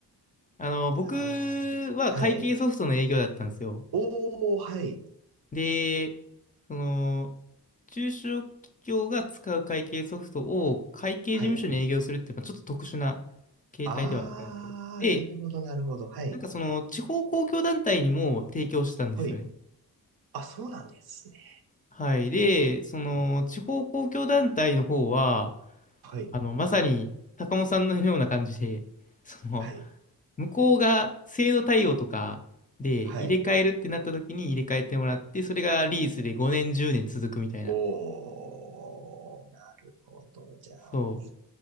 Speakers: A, on the left; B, on the right.
A: あの、
B: ので、
A: 僕
B: あーの、
A: は会計ソフトの営業だったんですよ。
B: はい。おー、はい、
A: で、その、中小企業が使う会計ソフトを会計事務所に営業するって、
B: はい。
A: まあちょっと特殊な形態ではあったんですけど。
B: あー、
A: で、
B: なるほど、なるほど、はい、
A: なんかその、地方公共団体にも提供してたんですよね。
B: はい。あ、そうなんですね。
A: はい。で、その、地方公共団体の方は、
B: はい、
A: あの、まさに、高本さんのような感じで、その、
B: はい、
A: 向こうが制度対応とかで入れ替えるってなった時に入れ替えてもらって、
B: はい。
A: それがリースで5年、10年続くみたいな。
B: おー、なるほど。じゃあ、
A: そ
B: もう一